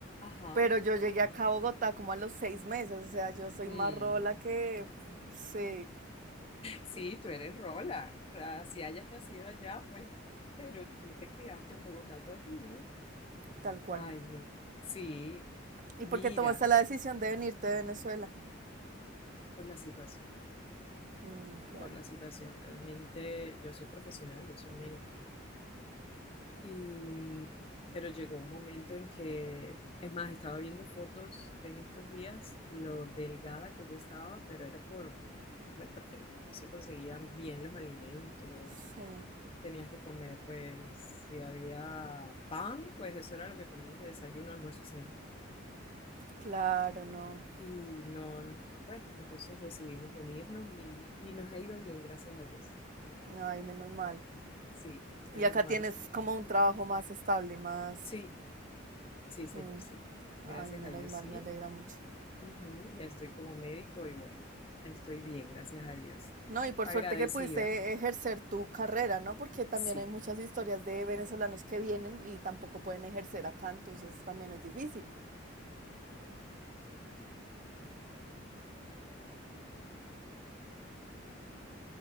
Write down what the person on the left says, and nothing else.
Ajá.
Mm.
Sí, tú eres Rola. O sea, si hayas nacido allá, pues, pero tú te criaste en Bogotá toda tu vida.
Ay, no. Sí,
mira,
por la situación,
por la situación. Realmente yo soy profesional, yo soy médica. Y, pero llegó un momento en que, es más, estaba viendo fotos en estos días, lo delgada que yo estaba, pero era por, bueno, porque no, no se conseguían bien los alimentos.
Tenías que comer, pues, si había pan, pues eso era lo que comías de desayuno, almuerzo, cena.
Y no, bueno, entonces decidimos venirnos y, y nos ha ido bien, gracias a Dios.
Sí, menos
mal,
sí.
Sí, sí, señor,
sí. Gracias
a Dios,
sí.
Ujú, Ya estoy como médico y bueno, estoy bien, gracias a Dios.
Agradecida.
Sí,